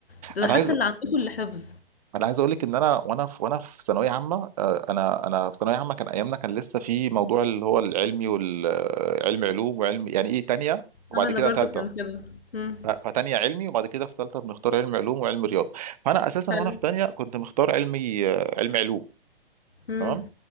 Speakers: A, on the left (about 70°); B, on the right (about 40°).
A: ده
B: انا
A: انا
B: عايز
A: حاسه اللي عندكم اللي حفظ
B: انا عايز اقول لك ان انا وانا في وانا في ثانويه عامه آه، انا انا في ثانويه عامه كان ايامنا كان لسه في موضوع اللي هو العلمي والعلم علوم وعلم يعني ايه تانية وبعد
A: اه انا
B: كده
A: برضو
B: تالتة
A: كان كده امم
B: ف- فتانية علمي وبعد كده في تالتة بنختار علم علوم وعلم رياضه فانا اساسا
A: حلو
B: وانا في تانية كنت مختار علمي آه، علم علوم
A: امم
B: تمام